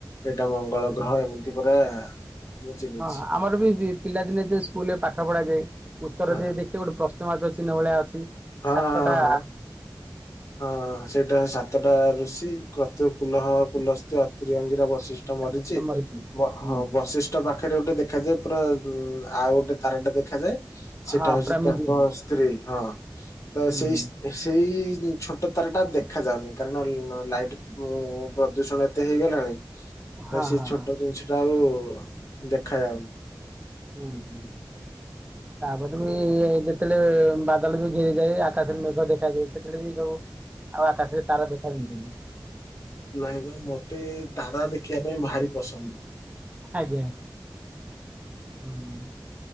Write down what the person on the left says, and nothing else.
ଏଇଟା ମଙ୍ଗଳ
ଗ୍ରହ ଏମିତି ପୁରା ମୁଁ ଚିହ୍ନିଛି
ହଁ
ହଁ
ହଁ ହଁ। ହଁ ସେଇଟା ସାତଟା ଋଷି। କତୁ ପୁଲହ ପୁଲସ୍ତ ଅତ୍ରି ଅଙ୍ଗିରା ବଶିଷ୍ଟ ମରିଚି
ହଁ
ବଶିଷ୍ଟ ପାଖ ପାଖରେ ଗୋଟେ ଦେଖାଯାଏ ପୁରା ଆଉ ଗୋଟେ ତାରାଟା ଦେଖାଯାଏ। ସେଟା
ହଉଛି
ତାଙ୍କ
ସ୍ତ୍ରୀ ହଁ ତ ସେଇ
ସେଇ ଛୋଟ ତାରା ଟା ଦେଖା ଯାଉନି କାରଣ ଲାଇଟ୍ ଉ ପ୍ରଦୂଷଣ ଏତେ ହେଇଗଲାଣି। ତ
ସେ
ଛୋଟ ଜିନିଷ ଟା ଆଉ ଦେଖାଯାଉନି।
ନାଇଁ ବା ମତେ ତାରା ଦେଖିବା ପାଇଁ ଭାରି ପସନ୍ଦ।